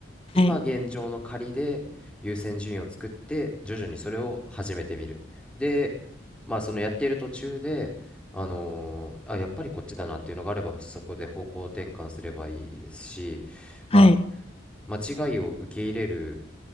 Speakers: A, in the centre; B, on the left.
A: 今現状の仮で優先順位を作って徐々にそれを始めてみるでまあそのやっている途中であのーあやっぱりこっちだなっていうのがあればそこで方向転換すればいいですしまあ
B: はい、はい。
A: 間違いを受け入れる